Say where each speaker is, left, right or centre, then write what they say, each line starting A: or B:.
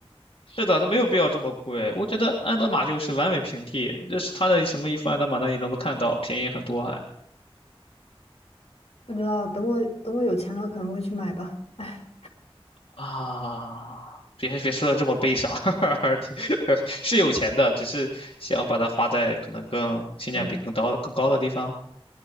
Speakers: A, on the left (about 65°); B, on the left (about 85°).
A: 是的，它没有必要这么贵。我觉得安德玛就是完美平替，就是它的什么衣服，安德玛那里都能看到，便宜很多还。
B: 不知道，等我等我有钱了可能会去买吧。哎，
A: 啊，别别说的这么悲伤，<laughs> 你是有钱的，只是想要把它花在可能更性价比更高更高的地方。
B: 嗯